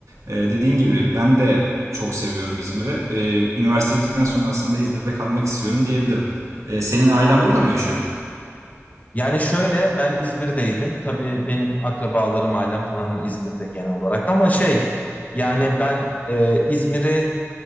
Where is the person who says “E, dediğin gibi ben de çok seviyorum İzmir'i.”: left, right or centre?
Right